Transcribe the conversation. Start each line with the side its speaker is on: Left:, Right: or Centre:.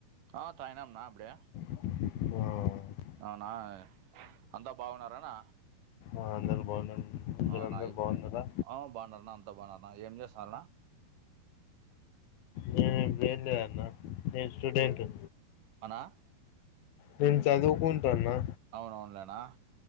Right: ఆ తాగిన అన్న అప్పుడే
Left: ఆ
Right: అవునా అంతా బాగున్నారాఅన్న
Left: ఆ అందరూ బాగున్నారు మీరందరు
Right: అవునాయి
Left: బాగున్నారా
Right: ఆ బాగున్నారనా అంతా బాగున్నరనా ఏం జేస్తున్నార అన్న
Left: నేను వెళ్లేదన్న నేను స్టూడెంట్ ని
Right: అనా
Left: నేను చదువుకొంటున్నా
Right: అవును అవునులే అన్న